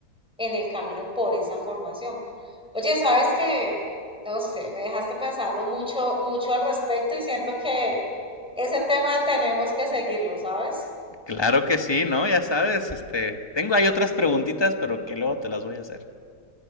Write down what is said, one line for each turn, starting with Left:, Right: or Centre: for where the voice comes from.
Centre: en el camino por esa formación. Oye, sabes que, no sé, me dejaste pensando mucho, mucho al respecto y siento que ese tema tenemos que seguirlo, ¿sabes?
Left: Claro que sí, ¿no? Ya sabes, este, tengo ahí otras preguntitas, pero que luego te las voy a hacer.